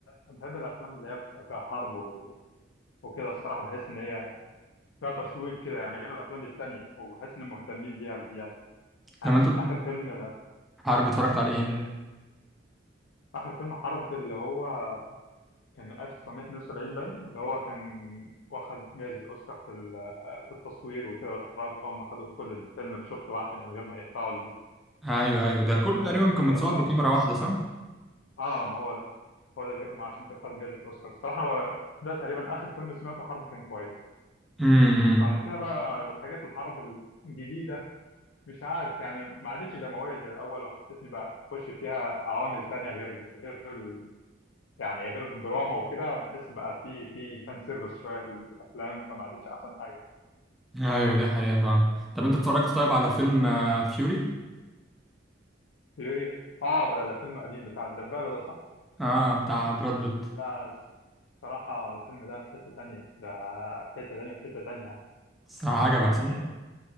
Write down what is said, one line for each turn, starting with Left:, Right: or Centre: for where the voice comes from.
Left: بحب الافلام اللي هي بتبقى فيها حرب و... وكده الصراحه بحس ان هي فيها تشويق كده يعني غير الافلام التانية وبحس ان مهتمين بيها بزياده
Centre: طب
Left: انا
Centre: أنت
Left: اخر فيلم
Centre: عارف اتفرجت عليه
Left: آه،
Centre: إيه؟
Left: اخر فيلم حرب اللي هو كان 1972 باين اللي هو كان واخد جائزه اوسكار في ال- في التصوير وكده والاخراج هم خدوا كل الفيلم في شوط واحد من غير ما يقطعوا ال-
Centre: أيوه أيوه
Left: من
Centre: ده كله
Left: غير ما
Centre: تقريبا
Left: يبقى
Centre: كان
Left: فيه
Centre: متصور
Left: اه
Centre: بكاميرا واحدة صح؟
Left: اه ما هو ده هو ده اللي- ما عشان كده خد جائزه اوسكار الصراحه هو ده تقريبا اخر فيلم سمعته حرب كان كويس
Centre: امم
Left: بعد كده بقى حاجات الحرب الجديدة مش عارف يعني ما عادتش دموية زي الأول وحسيتني بقى تخش فيها عوامل تانية غير غير ال- يعني غير الدراما وكده بحس بقى في في فان سيرفيس شوية في ال- في الأفلام فما عادتش أحسن حاجة
Centre: ايوه دي حقيقة فعلا طب انت اتفرجت طيب على فيلم فيوري
Left: فيوري اه بقى ده فيلم قديم بتاع الدبابة ده صح؟
Centre: اه Fury؟ آه، بتاع براد بيت
Left: لا الصراحة الفيلم ده في حتة تانية ده في حتة تانية في حتة تانية يعني
Centre: صح، عجبك
Left: يعني
Centre: صح؟